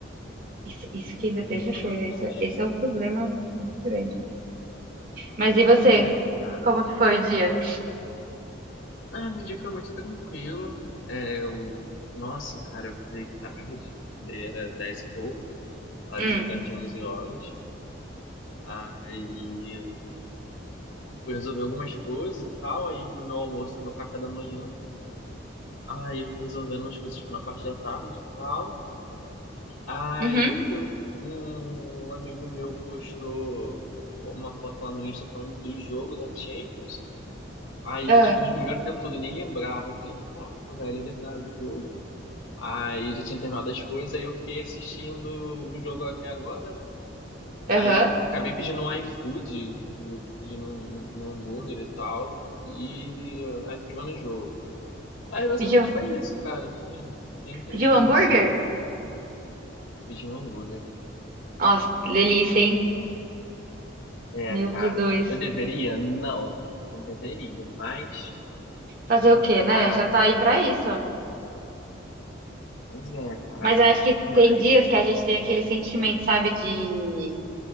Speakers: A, on the right; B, on the left.
A: Isso, isso que ainda
B: Eita,
A: é terça-feira,
B: nós.
A: isso, é, esse é um problema muito grande. Mas e você?
B: Pois é, cara.
A: Como que foi o dia?
B: Ah, meu dia foi muito tranquilo. É, eu... Nossa, cara, eu acordei tarde. Acordei era 10 e pouco, quase
A: Hum,
B: perto de 11 horas. Aí eu fui resolver algumas coisas e tal. Aí meu almoço, meu café da manhã. Aí fui resolvendo umas coisas, tipo, na parte da tarde e tal. Aí
A: uhum,
B: eu- um um amigo meu postou uma foto lá no Insta falando do jogo da Champions. Aí
A: ah,
B: já tinha perdido o primeiro tempo todo, eu nem lembrava. Eu falei, caraca, velho, é verdade, o jogo. Aí já tinha terminado as coisas, aí eu fiquei assistindo o jogo até agora, né?
A: aham.
B: Aí eu acabei pedindo um iFood, pedindo um, um um hambúrguer e tal, e aí fiquei vendo o jogo. Aí basicamente
A: Pediu,
B: foi isso, cara. Foi bem tranquilo,
A: pediu hambúrguer?
B: assim. Pedi um hambúrguer.
A: Nossa, delícia, hein?
B: É,
A: Meu
B: cara.
A: Jesus.
B: Eu deveria? Não, não deveria, mas
A: Fazer o quê,
B: tem que
A: né?
B: parar.
A: Já tá aí pra isso.
B: Pois é, cara.
A: Mas eu acho que
B: Mas,
A: tem dias que a gente tem aquele sentimento, sabe, de,